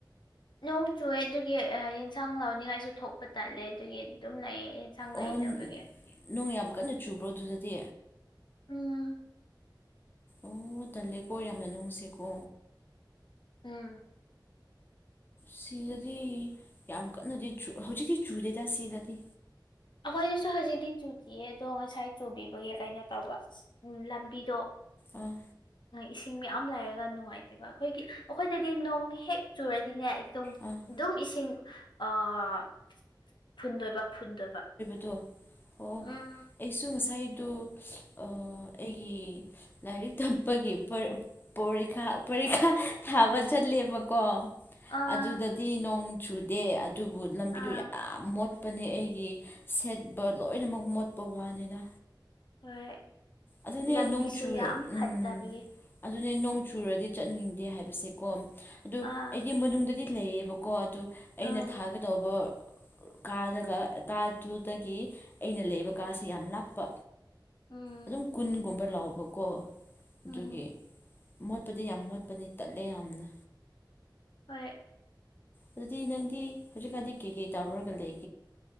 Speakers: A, on the left; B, on the left.
A: ꯅꯣꯡ ꯆꯨꯑꯦ ꯑꯗꯨꯒꯤ ꯌꯦꯟꯁꯥꯡ ꯂꯥꯎꯅꯤꯡꯉꯥꯏꯁꯨ ꯊꯣꯛꯄ ꯇꯜꯂꯦ ꯑꯗꯨꯒꯤ ꯑꯗꯨꯝ ꯂꯩꯌꯦ ꯑꯦꯟꯁꯥꯡ ꯂꯩꯇꯕꯒꯤ
B: ꯑꯣ ꯅꯣꯡ ꯌꯥꯝ ꯀꯟꯅ ꯆꯨꯕ꯭ꯔꯣ ꯑꯗꯨꯗꯗꯤ
A: ꯎꯝ
B: ꯑꯣ ꯇꯜꯂꯦꯀꯣ ꯌꯥꯝꯅ ꯅꯨꯡꯁꯦꯀꯣ
A: ꯎꯝ
B: ꯁꯤꯗꯗꯤ ꯌꯥꯝ ꯀꯟꯅꯗꯤ ꯆꯨ ꯍꯧꯖꯤꯛꯇꯤ ꯆꯨꯨꯔꯗꯦꯗ ꯁꯤꯗꯗꯤ
A: ꯑꯈꯣꯏꯗꯁꯨ ꯍꯧꯖꯤꯛꯇꯤ ꯆꯨꯗꯤꯌꯦ ꯑꯗꯣ ꯉꯁꯥꯏ ꯆꯨꯕꯤꯕꯒꯤ ꯀꯩꯅꯣ ꯇꯧꯕ ꯎꯝ ꯂꯝꯕꯤꯗꯣ
B: ꯑꯣ
A: ꯉ ꯏꯁꯤꯡ ꯃꯌꯥꯝ ꯂꯩꯔꯒ ꯅꯨꯡꯉꯥꯏꯇꯦꯕ ꯑꯈꯣꯏꯒꯤ ꯑꯈꯣꯏꯗꯗꯤ ꯅꯣꯡ ꯍꯦꯛ ꯆꯨꯔꯗꯤꯅꯦ ꯏ ꯗꯨꯝ
B: ꯑꯥ ꯑꯣ
A: ꯗꯨꯝ ꯏꯁꯤꯡ ꯑꯥ ꯐꯨꯟꯗꯣꯏꯕ ꯐꯨꯟꯗꯣꯏꯕ
B: ꯗꯣ ꯑꯣ ꯑꯣ
A: ꯎꯝ
B: ꯑꯩꯁꯨ ꯉꯁꯥꯏꯗꯨ ꯑ ꯑꯩꯒꯤ ꯂꯥꯏꯔꯤꯛ ꯇꯝꯄꯒꯤ ꯄꯔ ꯄꯣꯔꯤꯈꯥ ꯄꯔꯤꯈꯥ ꯊꯥꯕ ꯆꯠꯂꯦꯕꯀꯣ
A: ꯑꯥ
B: ꯑꯗꯨꯗꯗꯤ ꯅꯣꯡ ꯆꯨꯗꯦ ꯑꯗꯨꯕꯨ ꯂꯝꯕꯤꯗꯨ
A: ꯑꯥ
B: ꯌꯥꯝ ꯃꯣꯠ ꯄꯅꯦ ꯑꯩꯒꯤ ꯁꯦꯠꯄ ꯂꯣꯏꯅꯃꯛ ꯃꯣꯠꯄ ꯋꯥꯅꯤꯗ
A: ꯍꯣꯏ
B: ꯑꯗꯨꯅꯦ
A: ꯂꯝꯕꯤꯁꯨ
B: ꯅꯣꯡ ꯆꯨꯔ
A: ꯌꯥꯝ
B: ꯎꯝ
A: ꯐꯠꯇꯕꯒꯤ
B: ꯑꯗꯨꯅꯦ ꯅꯣꯡ ꯆꯨꯔꯗꯤ ꯆꯠꯅꯤꯡꯗꯦ ꯍꯥꯏꯕꯁꯦꯀꯣ ꯑꯗꯨ
A: ꯑꯥ
B: ꯑꯩꯗꯤ ꯃꯅꯨꯡꯗꯗꯤ ꯂꯩꯌꯦꯕꯀꯣ ꯑꯗꯨ ꯑꯩꯅ
A: ꯎꯝ
B: ꯊꯥꯒꯗꯧꯕ ꯀꯥꯗꯒ ꯀꯥꯗꯨꯗꯒꯤ ꯑꯩꯅ ꯂꯩꯕ ꯀꯥꯁꯦ ꯌꯥꯝ ꯂꯥꯞꯄ
A: ꯎꯝ
B: ꯑꯗꯨꯝ ꯀꯨꯟꯒꯨꯝꯕ ꯂꯥꯎꯕꯀꯣ ꯑꯗꯨꯒꯤ
A: ꯎꯝ
B: ꯃꯣꯠꯄꯗꯤ ꯌꯥꯝ ꯃꯣꯠꯄꯅꯦ ꯇꯜꯂꯦ ꯌꯥꯝꯅ
A: ꯍꯣꯏ
B: ꯑꯗꯨꯗꯤ ꯅꯪꯗꯤ ꯍꯧꯖꯤꯛꯀꯥꯟꯗꯤ ꯀꯩ ꯀꯩ ꯇꯧꯔꯨꯔꯒ ꯂꯩ